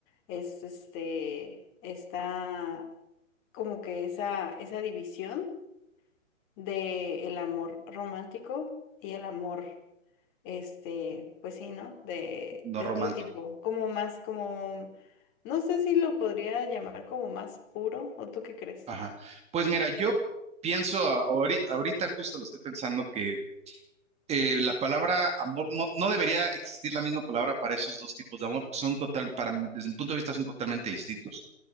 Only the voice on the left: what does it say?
Es este, está como que esa, esa división de el amor romántico y el amor, este, pues sí, ¿no? De,
de
otro tipo, como más, como, no sé si lo podría llamar como más puro, ¿o tú qué crees?